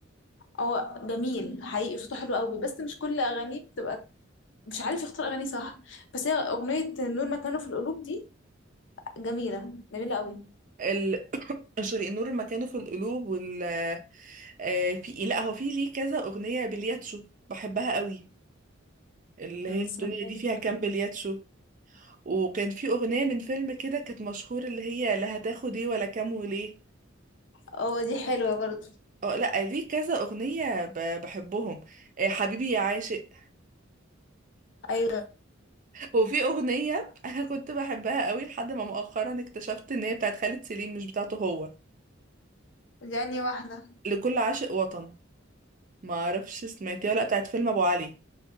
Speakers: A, on the left; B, on the right.
A: هو جميل حقيقي صوته حلو قوي بس مش كل أغانيه بتبقى مش عارف يختار أغانيه صح بس هي أغنية نور مكانه في القلوب دي جميلة جميلة قوي
B: ال- شريق النور مكانه في القلوب وال آه، في لا هو في ليه كذا اغنيه بلياتشو بحبها قوي اللي هي الدنيا
A: سمعتها
B: دي فيها كام بلياتشو وكان في أغنية من فيلم كده كانت مشهور اللي هي لا هتاخد ايه ولا كام وليه
A: اه دي حلوة برضو
B: اه لا ليه كذا أغنية ب- بحبهم آه، حبيبي يا عاشق
A: أيوة
B: وفي أغنية أنا كنت بحبها قوي لحد ما مؤخرا اكتشفت إن هي بتاعت خالد سليم مش بتاعته هو
A: دي أنهي واحدة
B: لكل عاشق وطن ما أعرفش سمعتيها ولا لأ، بتاعت فيلم أبو علي